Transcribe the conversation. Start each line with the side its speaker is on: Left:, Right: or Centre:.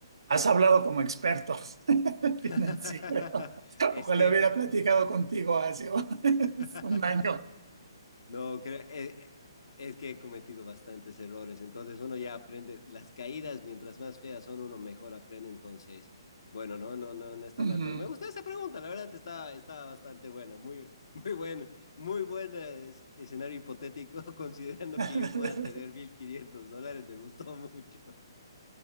Right: has hablado como experto <laughs>
Left: <laughs>
Right: financiero.
Left: es
Right: Ojalá
Left: que
Right: hubiera
Left: pe-
Right: platicado contigo hace un <laughs>
Left: <laughs>
Right: un año.
Left: No, cre- eh, es que he cometido bastantes errores, entonces uno ya aprende las caídas, mientras más feas son, uno mejor aprende, entonces, bueno, no, no, no, no está
Right: Ujú.
Left: mal, pero me gustó esa pregunta, la verdad está, está bastante buena, muy, <laughs> muy buen, muy buen eh, es- escenario hipotético, <laughs> considerando
Right: <laughs>
Left: que yo pueda tener 1.500 dólares, me gustó <laughs> mucho.